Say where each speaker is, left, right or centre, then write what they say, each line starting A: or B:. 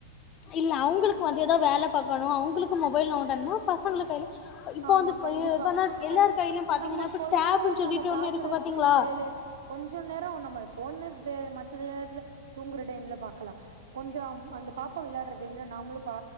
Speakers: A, on the left; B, on the right.
A: இல்ல அவங்களுக்கு வந்து ஏதோ வேலை பாக் கணும் அவங்களுக்கு மொபைல் நோண்டனு பசங்க கையில இப்போ
B: ஆமா
A: வந்து இப்ப
B: கண்டிப்பா
A: இப்பந்தா எல்லார்
B: அந்
A: கையிலயு பாத்தீங்கன்னா
B: நம்ம
A: இப்ப
B: கொழந்தைய
A: டேப்ன்னு சொல்லிட்டு
B: நம்ம
A: ஒண்ணு
B: பாக்குறது
A: இருக்கு பாத்தீங்களா
B: வேலை கொஞ்சம் நேரம் நம்ம போன்னு மத்த நேரத்தில தூங்குற டைம்ல பாக்கலாம் கொஞ்சம் அந்த பாப்பா விளையாடுற டைம்ல நாமளும்